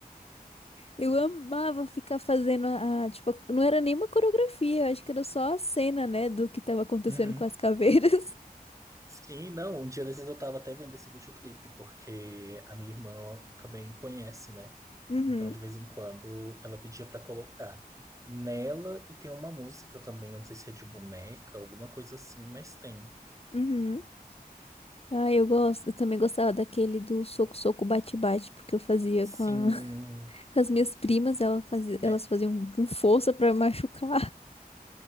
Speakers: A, on the left; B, on the right.
A: Eu amava ficar fazendo a, a- tipo, não era nenhuma coreografia, eu acho que era só a cena, né, do que tava acontecendo
B: Uhum.
A: com as caveiras.
B: Sim, não, um dia desses eu tava até vendo esse videoclipe, porque a minha irmã também conhece, né?
A: Uhum,
B: Então, de vez em quando, ela pedia pra colocar. Nela, e tem uma música também, eu não sei se é de boneca, alguma coisa assim, mas tem.
A: uhum. Ah, eu gosto. Eu também gostava daquele do soco, soco, bate, bate, porque eu fazia
B: Sim,
A: com, a- <laughs> com as minhas primas, ela fazia, elas
B: é,
A: faziam com força pra me machucar.